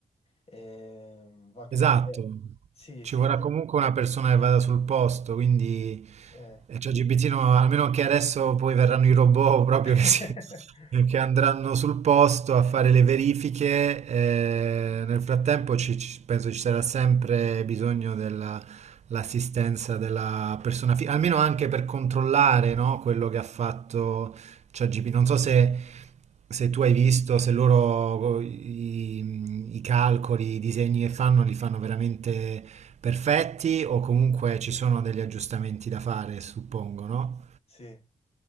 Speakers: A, on the left; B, on the right.
A: ehm, va comunque...
B: Esatto,
A: Sì,
B: ci
A: sì,
B: vorrà comunque una persona che vada sul posto, quindi
A: eh,
B: eh, ChatGPT,
A: esatto.
B: no, almeno che adesso poi verranno i robot <laughs> proprio
A: <laughs>
B: che, si- <laughs> che andranno sul posto a fare le verifiche, eh, nel frattempo ci- ci- penso ci sarà sempre bisogno dell'assistenza della persona, fi- almeno anche per controllare, no, quello che ha fatto ChatGPT, non so se, se tu hai visto, se loro i, i calcoli, i disegni che fanno li fanno veramente perfetti o comunque ci sono degli aggiustamenti da fare, suppongo, no?
A: Sì.